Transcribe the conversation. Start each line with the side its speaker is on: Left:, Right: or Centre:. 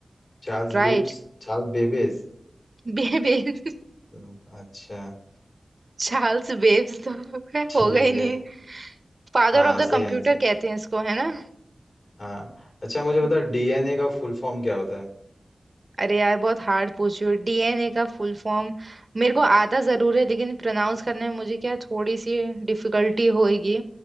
Left: चार्ल्स
Right: राइट
Left: बेब्स चार्ल्स बेबेज
Right: बेबेज
Left: हम्म, अच्छा
Right: चार्ल्स बेब्स <laughs> तो खैर
Left: ठीक
Right: होगा ही नहीं
Left: है
Right: फादर
Left: हाँ
Right: ऑफ द
Left: सही
Right: कंप्यूटर
Left: आंसर
Right: कहते हैं इसको है ना
Left: हाँ अच्छा मुझे
Right: हम्म।
Left: बता डीएनए का फुल फॉर्म क्या होता है
Right: अरे यार बहुत हार्ड पूछी हो डीएनए का फुल फॉर्म मेरे को आता जरूर है लेकिन प्रोनाउंस करने में मुझे क्या थोड़ी सी डिफिकल्टी होएगी